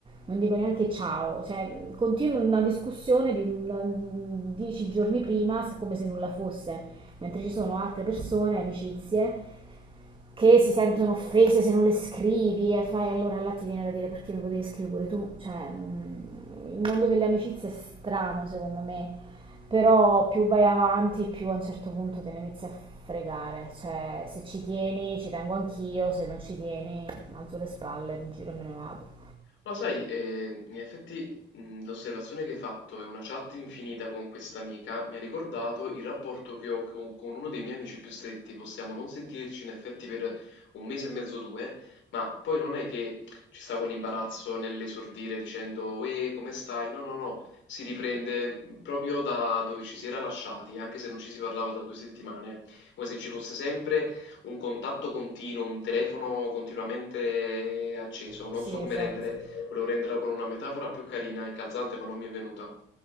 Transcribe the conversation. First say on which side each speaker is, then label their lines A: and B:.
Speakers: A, on the right; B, on the left.
A: Non dico neanche ciao, cioè continuo una discussione di un- dieci giorni prima se- come se nulla fosse, mentre ci sono altre persone, amicizie, che si sentono offese se non le scrivi e fai allora là ti viene da dire perché mi potevi scrivere pure tu, cioè mm, il mondo delle amicizie è strano secondo me, però più vai avanti più a un certo punto te ne inizi a fregare, cioè se ci tieni ci tengo anch'io, se non ci tieni alzo le spalle, mi giro e me ne vado.
B: Ma sai, eh, in effetti mh, l'osservazione che hai fatto e una chat infinita con questa amica mi ha ricordato il rapporto che ho co- con, uno dei miei amici più stretti. Possiamo non sentirci in effetti per un mese e mezzo o due, ma poi non è che ci sta quell'imbarazzo nell'esordire dicendo «Uè, come stai?» No, no, no, si riprende proprio da dove ci si era lasciati, anche se non ci si parlava da due settimane, come se ci fosse sempre un contatto continuo, un telefono continuamente acceso. Non
A: Sì,
B: so come
A: esatto.
B: rendere, volevo renderla con una metafora più carina e calzante, ma non mi è venuta.